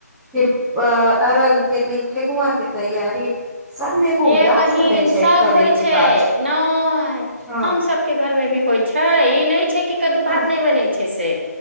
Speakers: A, in the centre; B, on the right (about 40°).
A: फिर अ अर्घ के दिन ठेकुआ के तैयारी सबमे एगो
B: ए
A: उल्लास
B: बहिन
A: रहे छै
B: सब
A: करे
B: होइ
A: के
B: छै
A: काज
B: नय
A: हँ
B: हम सबके घर मे भी होइ छै ई नहि छै की कद्दू
A: हँ
B: भात नहि बनै छै से